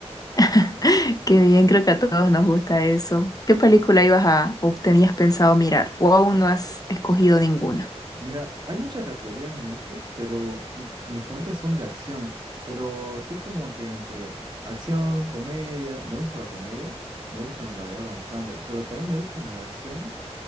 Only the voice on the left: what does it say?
<laughs> Qué bien, creo que a todos nos gusta eso. ¿Qué película ibas a o tenías pensado mirar? ¿O aún no has escogido ninguna?